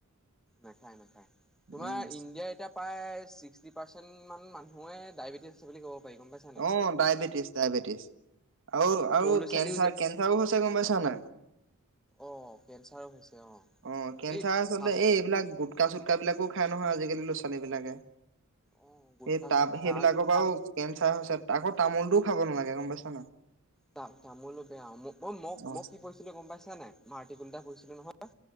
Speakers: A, in the centre; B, on the right.
A: নাখায় নাখায় তোমাৰ
B: উম
A: ইণ্ডিয়াৰ এতিয়া প্ৰায় ছিক্সটি পাৰ্চেণ্ট মান মানুহে ডায়েবেটিছ আছে বুলি ক'ব পাৰি গম পাইছা নাই।
B: অ ডায়বেটিছ ডায়বেটিছ আৰু
A: সৰু
B: আৰু
A: ল'ৰা ছোৱালীও
B: কেঞ্চাৰ
A: যে
B: কেঞ্চাৰও হৈছে গম পাইছা নাই
A: অ কেঞ্চাৰো হৈছে।
B: অ কেঞ্চাৰ
A: এই
B: আচলতে
A: ফাৰ্ষ্ট
B: এইবিলাক গোটকা চুটকা বিলাকো খাই নহয় আজিকালি লৰা ছোৱালী বিলাকে। সেই
A: অ গুটখা
B: টাব
A: চুটখা
B: সেইবিলাকৰ
A: আহ কিমান
B: পৰাও কেন্ঞ্চাৰ হৈছে আকৌ তামোলটোও খাব নালাগে গম পাইছা ন
A: তা তামোল লতে অ মোক
B: অ
A: মোক কি কৈছিলে গম পাইছা নাই মই অৰ্তিকুল এটা কৰিছিলোঁ নহয়।